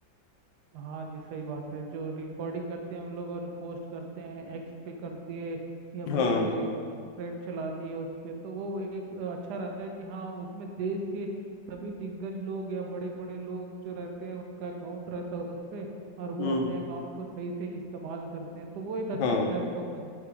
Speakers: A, on the right (about 65°); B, on the left (about 85°).
A: हाँ जी सही बात है जो रिकॉर्डिंग करते हैं उन लोग और पोस्ट करते हैं एक्स पे कर दिए या
B: हाँ
A: फिर कोई ट्रेंड चला दिए उस पे तो वो एक अच्छा रहता है कि हाँ उसमें देश के सभी दिग्गज लोग या बड़े बड़े लोग जो रहते हैं उनका अकाउंट रहता है उस पे और वो
B: हम्म
A: अपने अकाउंट को सही से इस्तेमाल करते हैं तो वो एक अच्छा
B: हाँ
A: प्लेटफॉर्म है